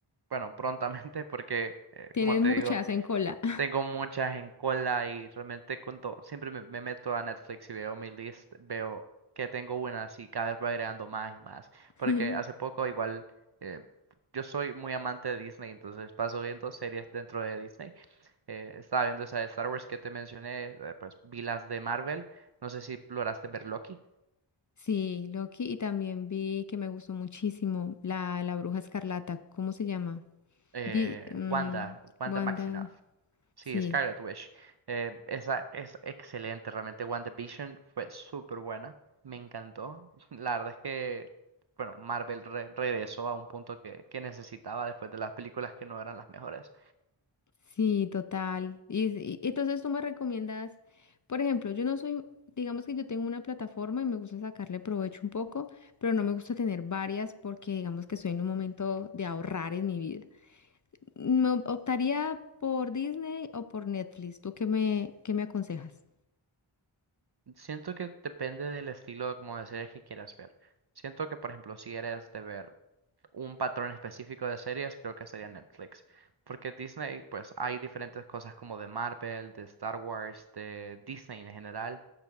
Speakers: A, on the right (about 50°); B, on the left (about 40°).
A: bueno, prontamente porque, eh,
B: Tienes
A: como te
B: muchas
A: digo...
B: en cola.
A: Tengo muchas en cola y realmente con siempre me, me meto a Netflix y veo mi list, veo que tengo buenas y cada vez voy agregando más y más.
B: <laughs>
A: Porque hace poco igual, eh, yo soy muy amante de Disney, entonces paso viendo series dentro de Disney. Eh, estaba viendo esa de Star Wars que te mencioné, eh, pues vi las de Marvel, no sé si lograste ver Loki,
B: Sí, Loki, y también vi que me gustó muchísimo la, la Bruja Escarlata, ¿cómo se llama?
A: eh,
B: Vi, mm,
A: Wanda, Wanda
B: Wanda,
A: Maximoff. Sí,
B: sí,
A: Scarlet Witch. Eh, esa es excelente, realmente WandaVision fue súper buena, me encantó. <laughs> La verdad es que, bueno, Marvel re- regresó a un punto que, que necesitaba después de las películas que no eran las mejores.
B: sí, total. Y, y- entonces tú me recomiendas, por ejemplo, yo no soy, digamos que yo tengo una plataforma y me gusta sacarle provecho un poco, pero no me gusta tener varias porque digamos que estoy en un momento de ahorrar en mi vida. Me op- optaría por Disney o por Netflix, ¿tú qué me, qué me aconsejas?
A: Siento que depende del estilo como de series que quieras ver. Siento que, por ejemplo, si eres de ver un patrón específico de series, creo que sería Netflix. Porque Disney, pues hay diferentes cosas como de Marvel, de Star Wars, de Disney en general